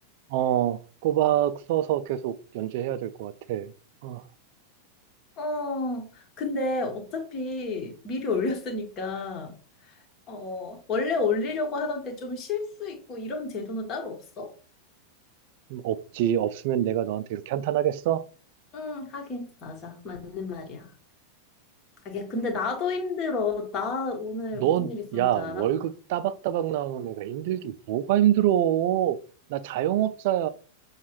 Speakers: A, on the right (about 50°); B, on the left (about 35°).
A: 어, 꼬박 써서 계속 연재해야 될 것 같아. 어,
B: 어, 근데 어차피 미리 올렸으니까, 어, 원래 올리려고 하던 데 좀 쉴 수 있고 이런 제도는 따로 없어?
A: 음, 없지. 없으면 내가 너한테 이렇게 한탄하겠어?
B: 응, 하긴, 맞아. 맞는 말이야. 아, 야, 근데 나도 힘들어. 나 오늘
A: 넌,
B: 무슨 일 있었는지
A: 야,
B: 알아?
A: 월급 따박따박 나오는 애가 힘들긴 뭐가 힘들어? 나 자영업자야.